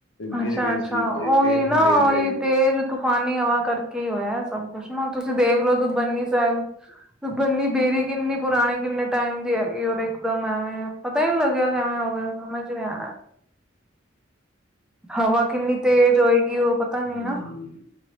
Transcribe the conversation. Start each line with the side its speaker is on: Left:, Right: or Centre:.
Centre: ਅੱਛਾ
Left: ਗਿਰ ਗਏ
Centre: ਅੱਛਾ,
Left: ਸੀ
Centre: ਉਓਹੀ
Left: ਬੜੀ ਤੇਜ਼
Centre: ਨਾ
Left: ਹਨੇਰੀ
Centre: ਉਹੀ
Left: ਆਈ
Centre: ਤੇ। ਤੂਫਾਨੀ ਹਵਾ ਕਰਕੇ ਹੀ ਹੋਇਆ ਸਭ ਕੁਛ ਨਾ, ਤੁਸੀਂ ਦੇਖਲੋ ਦੁਖਭੰਜਨੀ ਸਾਹਿਬ ਦੁਖ ਭੰਜਨੀ ਬੇਰੀ ਕਿੰਨੀ ਪੁਰਾਣੇ ਕਿੰਨੇ ਟਾਈਮ ਦੀ ਹੈਗੀ ਹੋਰ। ਇਕਦਮ ਐਵੇਂ ਪਤਾ ਹੀ ਨੀ ਲੱਗਿਆ ਕਿਵੇਂ ਹੋ ਗਿਆ, ਸਮਝ ਨੀ ਆਯਾ। ਹਵਾ ਕਿੰਨੀ ਤੇਜ਼ ਹੋਏਗੀ, ਉਹ ਪਤਾ ਨੀ
Left: ਹਮ
Centre: ਨਾ।